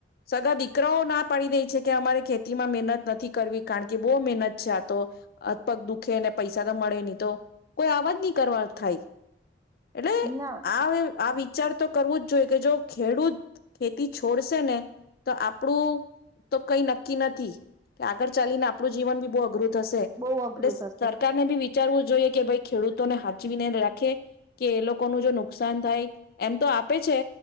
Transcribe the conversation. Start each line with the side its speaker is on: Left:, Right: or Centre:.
Left: સગા દીકરાઓ ના પાડી દે છે, કે અમારે ખેતીમાં મહેનત નથી કરવી કારણ કે બો મહેનત છે, આ તો હાથ પગ દુખેને પૈસા તો મળે નહી તો કોઈ આવાજ નહી કરવા થાય. એટલે
Right: ના
Left: આ આ વિચાર તો કરવું. <unintelligible> જો ખેડૂત ખેતી છોડશે ને તો આપણું તો કઈ નક્કી નથી કે આગળ ચાલીને આપણું જીવન બી બો અઘરું થઈ જશે એટલે
Right: બહુ અઘરું થશે
Left: સરકારને બી વિચારવું જોઈએ કે ભાઈ ખેડૂત ખેડૂતોને સાચવીને રાખે કે એ લોકો ન જો નુકસાન થાય. એમ તો આપે છે.